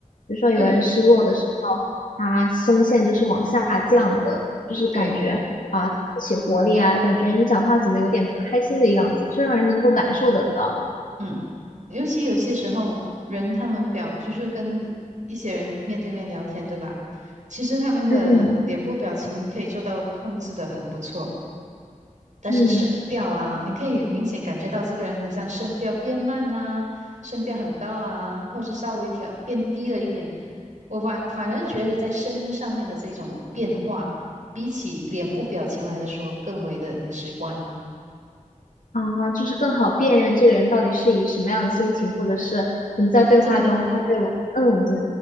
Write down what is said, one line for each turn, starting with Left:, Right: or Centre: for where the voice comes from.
Left: 比如说有人失落的时候，
Right: 对
Left: 他声线就是往下降的，就是感觉啊不起活力啊，
Right: 对，
Left: 感觉你讲话怎么有点不开心的样子，就让人能够感受得到。
Right: 嗯，尤其有些时候人他们表就是跟一些人面对面聊天，对吧？其实他们的脸部表情可以做到控制的很不错。
Left: 嗯
Right: 但是声调啊，
Left: 嗯，
Right: 你可以明显感觉到这个人好像声调变慢啦，声调很高昂，或是稍微调变低了一点。我反反而觉得在声音上面的这种变化，比起脸部表情来的说更为的直观，
Left: 啊，就是更好辨认这个人到底是以什么样的心情，或者是我们在对话中他对我，
Right: 就正，
Left: 嗯，对，